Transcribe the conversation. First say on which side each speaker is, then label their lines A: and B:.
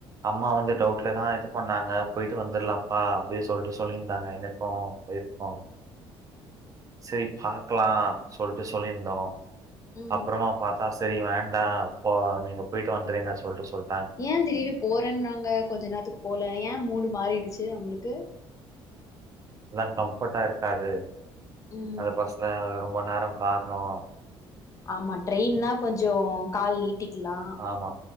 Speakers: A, on the right; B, on the left.
A: அம்மா வந்து டவுட்ல தான் இது பண்ணாங்க போயிட்டு வந்துருலாம் அஹ் அப்டியே சொல்டு சொலின்ருந்தாங்க, எனக்கும் வைஃப்கும், சரி பாக்கலாம் சொல்டு சொல்லியிருந்தோம்.
B: ம்
A: அப்புறமா பார்த்தாஸ் சரி வேண்டாம் இப்போ நீங்க போயிட்டு வந்திறீங்க சொல்லிட்டு சொல்
B: ஏன் திடீர்னு போறேன்னன்னாங்க கொஞ்ச நேரத்துக்கு போல ஏன் மூடு மாறிடுச்சு அவுங் களுக்கு
A: எல்லாம் கம்ஃபோர்ட்டா இருக்காது
B: ம்
A: அது பஸ்லா ரொம் ப நேரம் காரணோம்
B: ஆமா ட்ரெயின்னா கொஞ்சம் கால் நீட்டிக்கலாம்,
A: ஆமா.